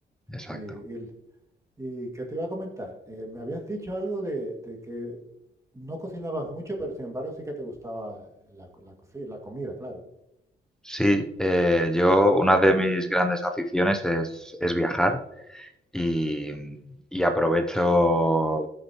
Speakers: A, in the centre; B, on the right.
A: Exacto.
B: Y, y, y qué te iba a comentar, Eh, me habías dicho algo de, de que no cocinabas mucho, pero sin embargo sí que te gustaba la, co- la, coci- la comida, claro.
A: Sí, eh, yo una de mis grandes aficiones es, es viajar Y, y aprovecho,